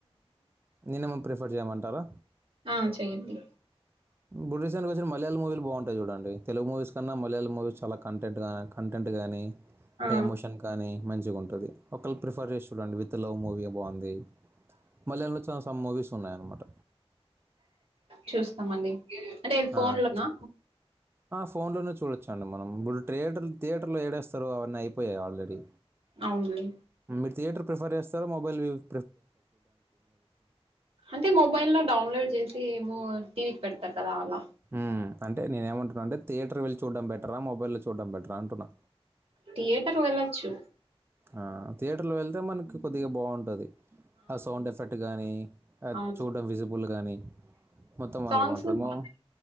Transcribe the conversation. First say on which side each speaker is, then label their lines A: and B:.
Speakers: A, on the right; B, on the right.
A: నినిమమ్ ప్రిఫర్ చేయంట తారా
B: ఆ చెయ్యండి
A: బ్రిటిష్షయానికి వచ్చిన మయాళ మూవీలు బాగుంటాయి చూడండి తెలుగు మూవీస్ కన్నా మలయాళ మూవీస్ చాలా కంటెంట్ కానీ కంటెంట్ కానీ
B: ఆ
A: హై ఎమోషన్ కానీ మంచిగా ఉంటుంది ఒకళ్ళు ప్రిఫర్ చేసి చూడండి విత్ లవ్ మూవీ బాగుంది మళయాళంలో చూడండి సమ్ మూవీస్ ఉన్నాయి అన్నమాట
B: చూస్తామండి అంటే ఏది
A: ఆ,
B: ఫోన్ లోనా
A: చ- ఫోన్లోనే చూడొచ్చు అండి మనం ఇప్పుడు థియేటర్ థియేటర్లో ఏడేస్తారు అవన్నీ అయిపోయాయి ఆల్రెడీ
B: అవునులే
A: మీరు థియేటర్ ప్రిఫర్ చేస్త స్తారా మొబైల్ యూజ్
B: అంటే మొబైల్ లో డౌన్లోడ్ చేసి ఏమో టీవి కి పెడుతారు కదా అలా
A: ఆమ్ అంటే నేనేమంటన్నా అంటేథయటర్ వెళ్లి చూడం బెటరా మొబైల్ లో చూడడం బటర్ ఆ అంటున్నా
B: థియేటర్ వెళ్ళొచ్చు
A: ఆ థియేటర్లో వెళ్తే మనకి కొద్దిగా బాగుంటది ఆ సౌండ్ ఎఫెక్ట్ కానీ
B: అవును
A: చూడడం విజిబుల్ కానీ మొత్తం
B: సాంగ్స్
A: అంతా బాగుంటుంది మో
B: బాగున్నాయి.